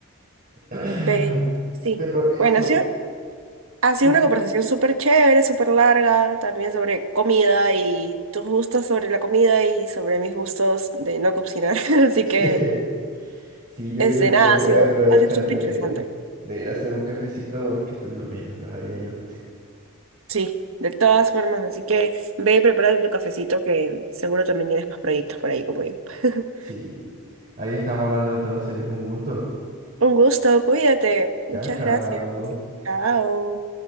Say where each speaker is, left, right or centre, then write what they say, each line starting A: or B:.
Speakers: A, on the right; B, on the right.
A: <clears throat>
B: Pero sí,
A: Pero
B: bueno,
A: eso,
B: ha sido, ha sido
A: yo-
B: una conversación súper chévere, súper larga, también sobre comida y tus gustos sobre la comida y sobre mis gustos de no cocinar. <laughs> Así
A: <laughs>
B: que,
A: sí, yo
B: este,
A: creo
B: nada,
A: que
B: ha sido,
A: voy a aprovechar
B: ha sido súper
A: de,
B: interesante.
A: de ir a hacer un cafecito porque estoy durmiendo todavía yo.
B: Sí, de todas formas, así que ve y prepárate tu cafecito que seguro también tienes más proyectos por ahí como yo. <laughs>
A: Sí, ahí estamos hablando entonces, un gusto.
B: Un gusto, cuídate. Muchas
A: Chao, chao.
B: gracias. Chao.